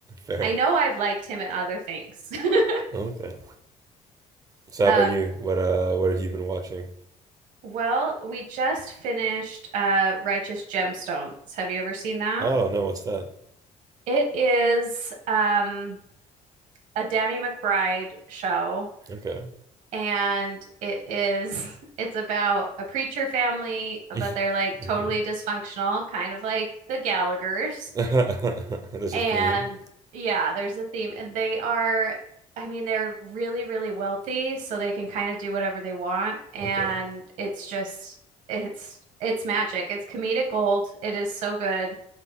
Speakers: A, on the right; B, on the right.
A: Fair.
B: I know I've liked him in other things. <laughs>
A: Okay. So
B: Um,
A: how about you? What uh, what have you been watching?
B: Well, we just finished uh, Righteous Gemstones. Have you ever seen that?
A: Oh no, what's that?
B: It is um, a Danny McBride show,
A: Okay.
B: and it is <laughs> it's about a preacher family,
A: <laughs>
B: but they're like
A: hmm
B: totally dysfunctional, kind of like the Gallaghers.
A: <laughs> There's
B: And
A: a theme.
B: yeah, there's a theme. And they are, I mean, they're really, really wealthy, so they can kind of do whatever they want. And
A: Okay.
B: it's just, it's, it's magic. It's comedic gold. It is so good.